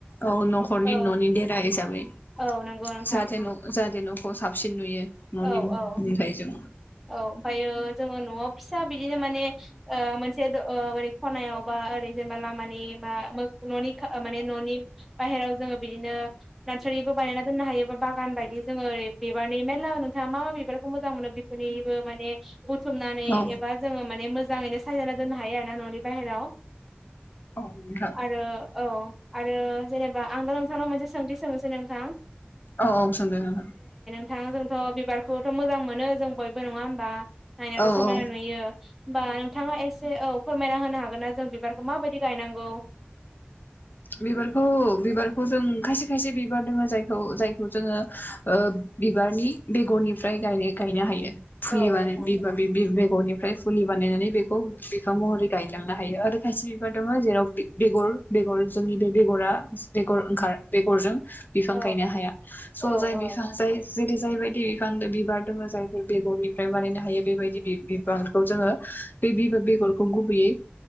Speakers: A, on the left; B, in the centre.
A: औ न'खरनि
B: औ
A: न'नि देरा हिसाबै
B: औ नंगौ नोंथां
A: जाहाथे न' जाहाथे न'खौ साबसिन नुयो न'निफ्राय
B: औ औ
A: जों
B: औ ओमफायो जोङो न'आव फिसा बिदिनो माने ओ मोनसे ओरै खनायाव बा ओरै जेनेबा लामानि मा मो न'नि खा माने न'नि बाहेराव जोङो बिदिनो नादसारिबो बानायना दोननो हायो बा बागान बायदि जोङो ओरै बिबारनि मेरला नों थाङा मा मा बिबारखौ मोजां मोनो बेफोरनिबो माने बुथुमनानै
A: औ
B: एबा जोङो माने मोज जाङैनो सायजाना दोननो हायो आरो ना न'नि बाहेरायाव
A: औ नोंथां
B: आरो औ आरो जेनेबा आंबो नोंथांनाव मोनसे सोंथि सोंनोसै नोंथां
A: औ औ सोंदो नोंथां
B: थांआ जोंथ' बिबारखौथ' मोजां मोनो जों बयबो नङा होमबा नायनायावथ'
A: औ
B: समायना नुयो होमबा नोंथाङा एसे औ फोरमायना होनो हागोन ना जों बिबारखौ माबायदि गायनांगौ
A: बिबारखौ बिबारखौ जों खायसे खायसे बिबार दङो जायखौ जायखौ जोङो ओ बिबारनि बेगरनिफ्राय गायनो गायनो हायो फुलिबानो
B: औ नोंथां
A: बिबा बि बि बेग गरनिफ्राय फुलि बानायनानै बेखौ बिफां महरै गायलांनो हायो आरो खायसे बिबार दङ जेराव बि बेगर बेगर जोंनि बे बेगरा बेगर ओंखार बेगरजों बिफां
B: औ
A: गायनो हाया स'
B: औ
A: जाय
B: औ
A: बिफां जाय जेरै- जायबायदि फांबो बिबार दङ जायफोर बेगरनिफ्राय बानायनो हायो बेबायदि बि बिबांखौ जोङो बे ब बेगर खौ गुबैयै